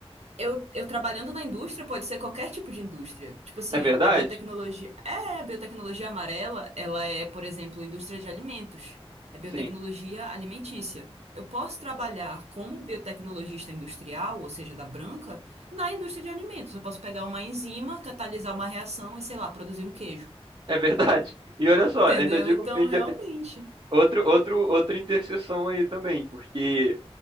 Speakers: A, on the right (about 85°); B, on the right (about 45°).
A: Eu, eu trabalhando na indústria, pode ser qualquer tipo de indústria. Tipo assim,
B: É verdade?
A: a biotecnologia. É, a biotecnologia amarela, ela é, por exemplo, indústria de alimentos. É biotecnologia
B: Sim,
A: alimentícia. Eu posso trabalhar como biotecnologista industrial, ou seja, da branca, na indústria de alimentos. Eu posso pegar uma enzima, catalisar uma reação e, sei lá, produzir um queijo.
B: é verdade. E olha só,
A: Entendeu?
B: ainda digo
A: Então,
B: ainda-
A: realmente.
B: outro, outro, outra interseção aí também, porque